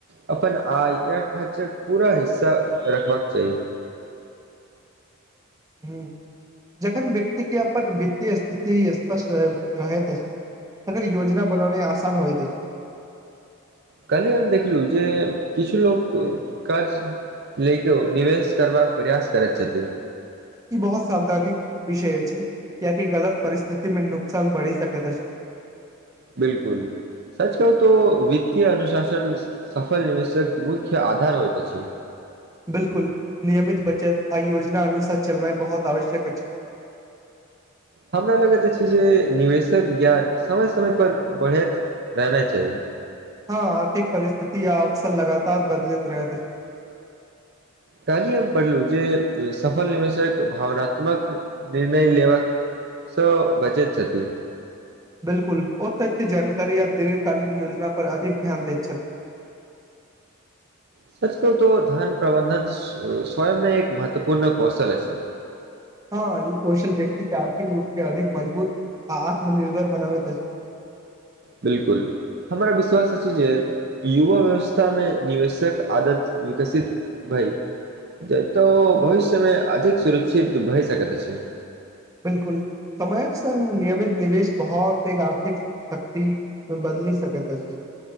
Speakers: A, on the right (about 50°); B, on the right (about 15°).
A: अपन आय या खर्चक पूरा हिस्सा रखबाक चाही
B: हं जखन व्यक्ति के अपन वित्तीय स्थिति स्पष्ट रहैत अछि तर योजना बनने आसान होइ तऽ छै
A: काली हम देखलु जे किछु लोक काज लऽ के ओ निवेश करबाक प्रयास करैत छथि
B: ई बहुत सावधानी विषय अछि कियाकि गलत परिस्थिति में नुकसान बढ़ी सकैत अछि
A: बिलकुल सच कह तऽ वित्तीय अनुशासन सफल निवेशक मुख्य आधार होइत त छै
B: बिलकुल नियमित बचत आ योजना अनुसार चलनाइ बहुत आवश्यक अछि
A: हमरा लगैत अछि जे निवेशक ज्ञान समय समयप बढ़ैत रहना चाही
B: हँ आर्थिक परिस्थिति अबस लगातार बदलैत रह
A: काल्हि हम पढ़लूँ जे सफल निवेशक भावनात्मक निर्णय लेबाक सं बजैत छथि
B: बिल्कुल ओ तथ्य जानकारी आ दीर्घ कालीन योजना पर अधिक ध्यान दैत छथि
A: सच कहु तो धन प्रबन्धन सं स्वयं में एक महत्वपूर्ण कौशल अछि
B: हँ ई कौशल व्यक्ति के आर्थिक रूप से अधिक मजबूत आ आत्मनिर्भर बनाबैत अछि
A: बिलकुल हमरा विश्वास अछि जे युवा व्यवस्था में निवेशक आदत विकसित भय जतऽ भविष्य में अधिक सुरक्षित भए सकैत अछि
B: बिल्कुल समयक संग नियमित निवेश हं से आर्थिक शक्ति बदली सक तऽ अछि